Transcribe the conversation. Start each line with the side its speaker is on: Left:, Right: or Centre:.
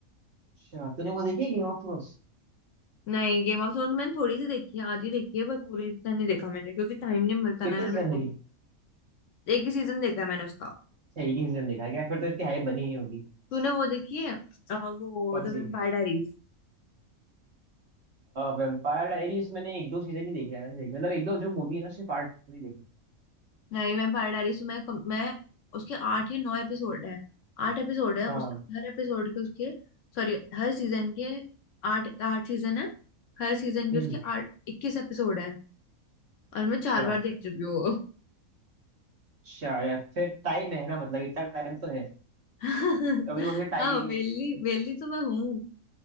Right: अच्छा तूने वो देखी गेम ऑफ थ्रोन्स
Left: नहीं गेम ऑफ थ्रोन्स मैंने थोड़ी सी देखी है आधी देखी है पर पूरी इतना नहीं देखा मैंने क्योंकि टाइम नहीं मिलता
Right: कितने
Left: ना यार
Right: सीजन
Left: मेरे
Right: देखे
Left: को एक ही सीजन देखा है मैंने उसका
Right: अच्छा एक ही सीजन देखा है क्या फिर तो इतनी हाइप बनी नहीं होगी
Left: तूने वो देखी है अ, वो
Right: कौन
Left: द
Right: सी
Left: वेम्पायर डायरीज
Right: वेम्पायर डायरीज मैंने एक दो सीजन ही देखे यार मैंने देखे मतलब एक दो जो मूवी है ना उसके पार्ट ही देखे
Left: नहीं वेम्पायर डायरीज तो मैं कम- मैं उसके आठ या नौ एपिसोड है आठ एपिसोड है
Right: हाँ
Left: उस हर एपिसोड के उसके सॉरी हर सीजन के आठ आठ सीजन है हर सीजन के
Right: हम्म
Left: उसके आठ इक्कीस एपिसोड है और मैं
Right: अच्छा
Left: चार बार देख चुकी हूँ
Right: अच्छा यार, फिर टाइम है ना मतलब इतना टाइम तो है
Left: <laughs>
Right: अभी तो टाइम
Left: हाँ
Right: ही नहीं
Left: वेली
Right: बचा।
Left: वेली तो मैं हूँ